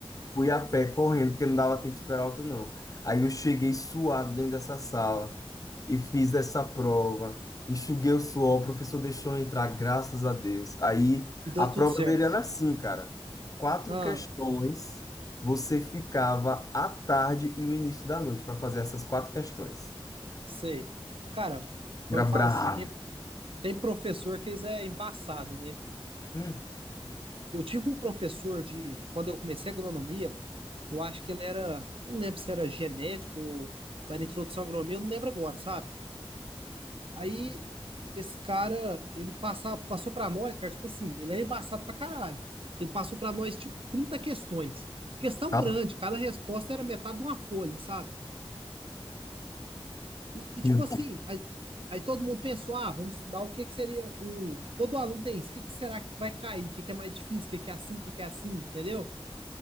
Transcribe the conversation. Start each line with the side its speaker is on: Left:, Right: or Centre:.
Left: Fui a pé correndo, porque não dava tempo de esperar outro, não. Aí eu cheguei suado dentro dessa sala e fiz essa prova. Enxuguei o suor, o professor deixou eu entrar, graças a Deus. Aí
Right: E deu
Left: a
Right: tudo
Left: prova
Right: certo.
Left: dele era assim, cara. Quatro
Right: Ah,
Left: questões, você ficava à tarde e o início da noite para fazer essas quatro questões.
Right: sei. Cara, mas
Left: Era
Right: eu
Left: brabo.
Right: falo assim, tem, tem professor que eles é embaçado, né?
Left: Hum.
Right: Eu tive um professor de, quando eu comecei a agronomia, eu acho que ele era, eu não lembro se era genético ou, ou era introdução à agronomia, eu não lembro agora, sabe? Aí esse cara, ele passa, passou pra nós, cara, tipo assim, ele era embaçado pra caralho. Ele passou pra nós, tipo, 30 questões. Questão
Left: Ah,
Right: grande, cada resposta era metade de uma folha, sabe? E, e,
Left: Meu
Right: tipo
Left: Deus.
Right: assim, aí, aí todo mundo pensou, ah, vamos estudar o que que seria o. Todo aluno tem isso, o que que será que vai cair? O que que é mais difícil? O que que é assim? O que que é assim? Entendeu?